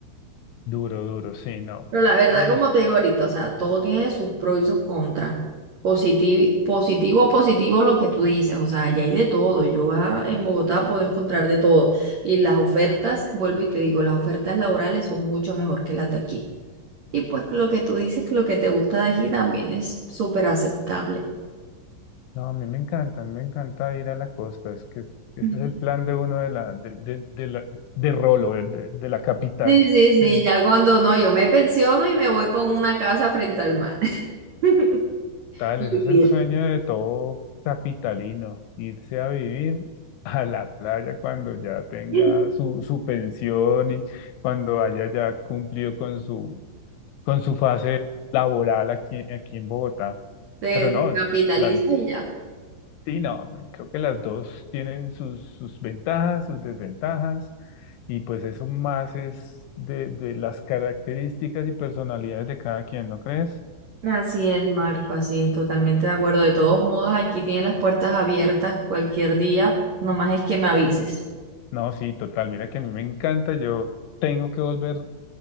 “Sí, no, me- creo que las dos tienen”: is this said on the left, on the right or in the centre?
Left